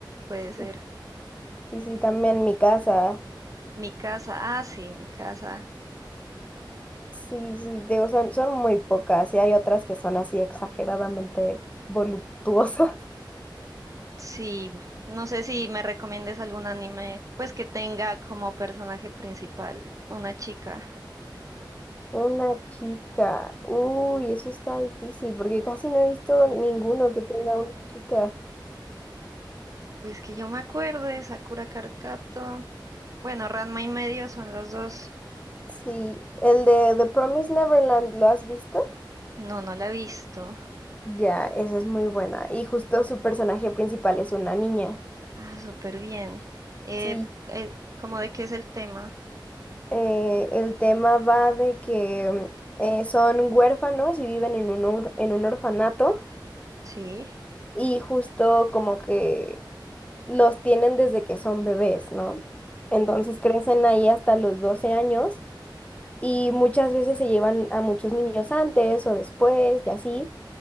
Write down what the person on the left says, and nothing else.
Sí, sí, sí, también mi casa.
Sí, sí, digo, son, son muy pocas y hay otras que son así exageradamente voluptuosas.
Una chica. Uy, eso está difícil porque casi no he visto ninguno que tenga una chica.
Sí, el de The Promised Neverland, ¿lo has visto?
Ya, esa es muy buena. Y justo su personaje principal es una niña.
Sí,
eh, el tema va de que eh, son huérfanos y viven en un, or- en un orfanato
y justo como que los tienen desde que son bebés, ¿no? Entonces crecen ahí hasta los 12 años y muchas veces se llevan a muchos niños antes o después y así.